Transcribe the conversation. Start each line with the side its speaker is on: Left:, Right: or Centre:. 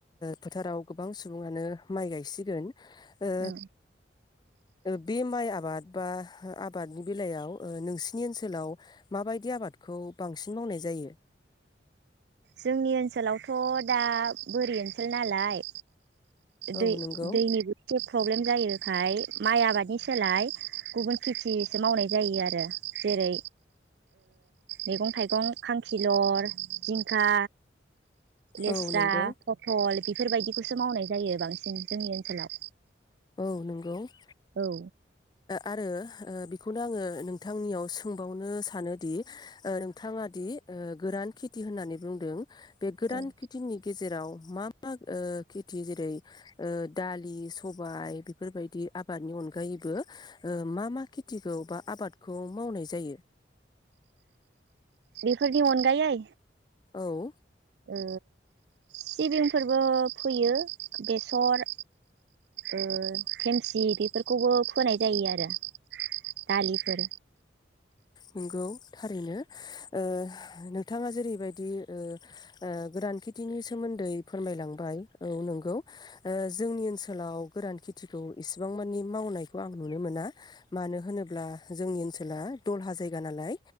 Left: फोथाराव गोबां सुबुङानो माइ गायसिगोन ओ
Right: उम
Left: बे माइ आबाद बा आबादनि बेलायाव नोंसिनि ओनसोलाव माबायदि आबादखौ बांसिन मावनाय जायो
Right: जोंनि ओनसोलावथ दा बोरि ओनसोल नालाय
Left: औ
Right: दै
Left: नंगौ
Right: दैनिबो एसे प्रब्लेम जायो ओम माइ आबादनि सोलाय गुबुन खेथिसे मावनाय जायो आरो जेरै मैगं थाइगं खांखिलर जिंखा लेस्रा
Left: औ नंगौ
Right: पथल बेफोरबायदिखौसो मावनाय जायो बांसिन जोंनि ओनसोलाव
Left: औ नंगौ <inaudible>
Right: औ
Left: आरो बेखौनो आंङो नोंथांनियाव सोंबावनो सानोदि नोंथाङा दि गोरान खेथि होननानै बुंदों बे गोदान
Right: औ
Left: खेथिंनि गेजेर जेराव मा मा ओ खेथि जेरै दालि सबाय सबाय बेफोरबायदि आबादनि अनगायैबो ओ मा मा खिथिखौ बबा आबादखौ मावनाय जायो।
Right: बेसोरनि अनगायै
Left: औ
Right: ओ सिबिंफोरबो फोयो बेसर ओ खेमसि बेफोरखौबो फोनाय जायो आरो दालिफोर
Left: नोंंगौ। थारैनो ओ नों बिथाङा जेरैबायदि ओ ओ गोरान खेथिनि सोमोन्दै फोरमायलांबाय औ नंगौ ओ जोंनि ओनसोलाव गोरान खेथिखौ इसिबां मानि मावनायखौ आं नुनो मोना मानो होनोब्ला जोंनि ओनसोला दलहा जायगा नालाय